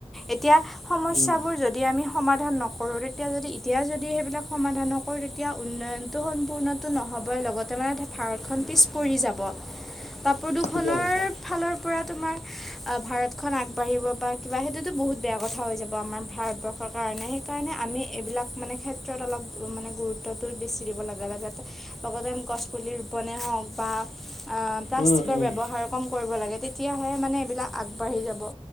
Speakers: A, in the centre; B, on the left (about 80°).
A: এতিয়া সমস্যা
B: উম,
A: যদি আমি সমাধান নকৰোঁ তেতিয়া যদি এতিয়া যদি সেইবিলাক সমাধান নকৰোঁ তেতিয়া উন্নয়নটো সম্পূ সম্পূৰ্ণ টো নহ'বই লগতে মানে ভাৰতখন পিছ পৰি যাব বা প্ৰদূষণৰ
B: ঠিকে কৈছা।
A: ফালৰ পৰা তোমাৰ অ ভাৰত খন আগবাঢ়িব বা কিবা সেইটোতো বহুত বেয়া কথা হৈ যাব আমাৰ ভাৰতবৰ্ষৰ কাৰণে সেইকাৰণে আমি এইবিলাক মানে ক্ষেত্ৰত অলপ মানে গুৰুত্বটো বেছি দিব লাগে লগতে গছপুলি ৰোপনে হওক বা আহ প্লাষ্টিকৰ
B: উম, উম।
A: ব্যৱহাৰ কম কৰিব লাগে তেতিয়াহে মানে এইবিলাক আগবাঢ়ি যাব